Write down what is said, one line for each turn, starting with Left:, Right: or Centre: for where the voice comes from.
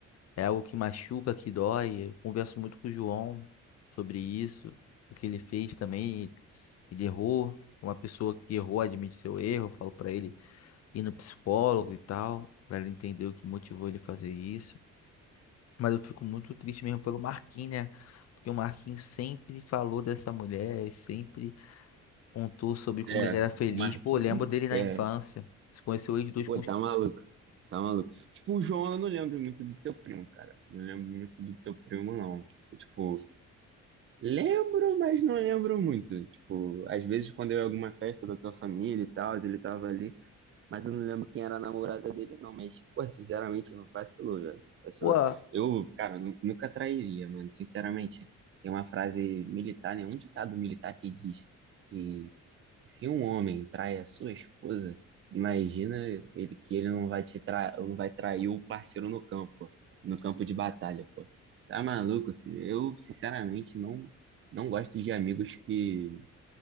Left: É algo que machuca, que dói. Eu converso muito com o João sobre isso, do que ele fez também. Ele errou. Uma pessoa que errou admite seu erro. Eu falo pra ele ir no psicólogo e tal, para ele entender o que motivou ele a fazer isso. Mas eu fico muito triste mesmo pelo Marquinhos, né? Porque o Marquinhos sempre falou dessa mulher, e sempre contou sobre como
Right: É,
Left: ele era feliz.
Right: o Marquinhos,
Left: Pô, eu lembro dele na
Right: é,
Left: infância. Se conheceu eles dois
Right: pô,
Left: com
Right: tá
Left: os.
Right: maluco. Tá maluco. Tipo, o João, eu não lembro muito do teu primo, cara. Não lembro muito do teu primo, não. Tipo, Lembro, mas não lembro muito. Tipo, às vezes quando eu ia em alguma festa da tua família e tal, ele tava ali, mas eu não lembro quem era a namorada dele, não. Mas, pô, sinceramente, vacilou, já. Vacilou.
Left: Pô,
Right: Eu, cara, nu- nunca trairia, mano. Sinceramente, tem uma frase militar, né? Um ditado militar que diz que se um homem trai a sua esposa, imagina ele que ele não vai te tra... não vai trair o parceiro no campo, no campo de batalha, pô. Tá maluco, filho? Eu, sinceramente, não não gosto de amigos que